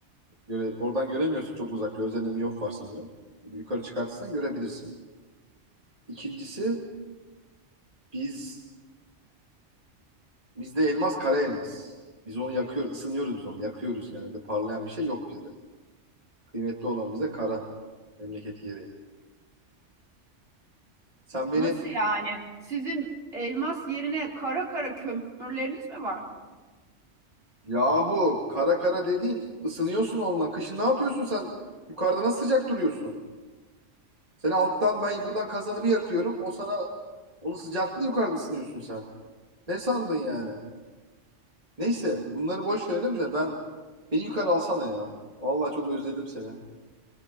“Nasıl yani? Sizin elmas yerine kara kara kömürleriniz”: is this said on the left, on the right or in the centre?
Right